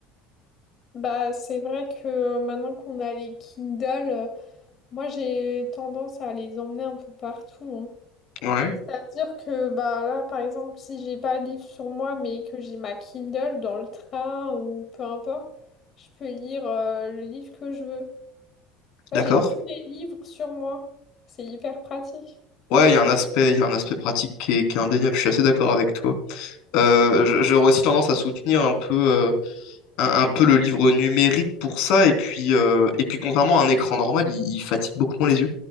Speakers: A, on the left; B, on the left.
A: Bah, c'est vrai que euh, maintenant qu'on a les Kindle, euh, moi j'ai tendance à les emmener un peu partout. hein.
B: Ouais.
A: C'est-à-dire que bah là, par exemple, si j'ai pas de livre sur moi, mais que j'ai ma Kindle dans le train ou peu importe, je peux lire euh, le livre que je veux. Moi,
B: D'accord?
A: j'ai tous les livres sur moi. C'est hyper pratique,
B: Ouais,
A: non?
B: il y a un aspect, il y a un aspect pratique qui est, qui est indéniable, je suis assez d'accord avec toi. Euh, je- j'aurais aussi tendance à soutenir un peu euh, un, un peu le livre numérique pour ça. Et puis, euh, et puis contrairement à un écran normal, il, il fatigue beaucoup moins les yeux,